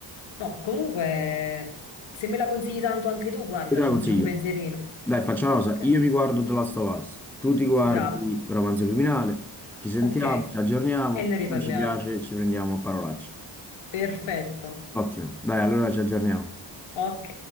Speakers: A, on the left (about 80°); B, in the centre.
A: No, comunque, se me la consigli tanto anche tu, guarda,
B: Io te
A: ci
B: la consiglio.
A: faccio un pensierino.
B: Dai, facciamo
A: Ok,
B: una cosa. Io mi guardo The Last of Us, tu ti guardi
A: bravo.
B: Romanzo Criminale, ci Mm. sentiamo,
A: Ok, e
B: ci aggiorniamo,
A: ne riparliamo.
B: non ci piace, ci prendiamo a parolacce.
A: Perfetto.
B: Ottimo. Dai, allora ci aggiorniamo.
A: Ok.